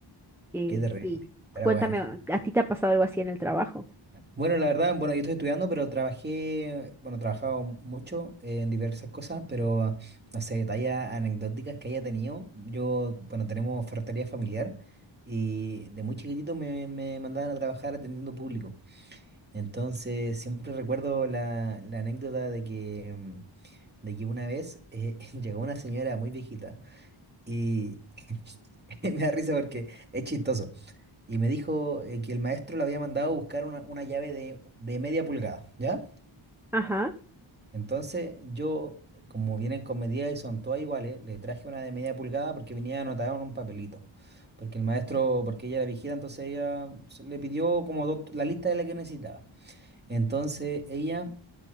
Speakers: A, in the centre; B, on the right (about 20°).
A: Eh,
B: Qué terrible.
A: sí.
B: Pero
A: Cuéntame,
B: bueno.
A: ¿a ti te ha pasado algo así en el trabajo?
B: Bueno, la verdad, bueno, yo estoy estudiando, pero trabajé, bueno, he trabajado mucho en diversas cosas, pero no sé, detalles anecdóticas que haya tenido. Yo, bueno, tenemos ferretería familiar y de muy chiquitito me, me mandaban a trabajar atendiendo público. Entonces, siempre recuerdo la, la anécdota de que, mm, de que una vez eh, <laughs> llegó una señora muy viejita y <laughs> me da risa porque es chistoso. y me dijo eh, que el maestro le había mandado a buscar una, una llave de, de media pulgada, ¿ya?
A: Ajá.
B: Entonces yo, como vienen con medidas y son todas iguales, le traje una de media pulgada porque venía anotada en un papelito. Porque el maestro, porque ella era vigila, entonces ella se- le pidió como do- la lista de la que necesitaba. Entonces ella